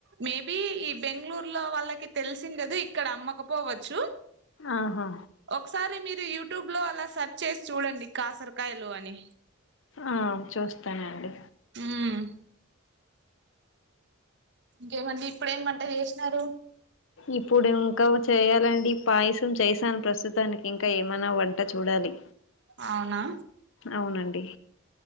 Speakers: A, on the right; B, on the left.
A: మేబీ ఈ బెంగళూర్లో వాళ్ళకి తెలిసుండదు ఇక్కడ అమ్మకపోవచ్చు
B: ఆహా
A: ఒకసారి మీరు యూట్యూబ్ లో అలా సెర్చ్ చేసి చూడండి కాసరకాయలు అని
B: ఆహ్ చూస్తానండి
A: ఉమ్ ఇంకేమండి ఇప్పుడేమ్ వంట జేషినారు
B: ఇప్పుడు ఇంకా చేయాలండి పాయసం చేశాను ప్రస్తుతానికి ఇంకా ఏమైనా వంట చూడాలి
A: ఔనా
B: అవునండి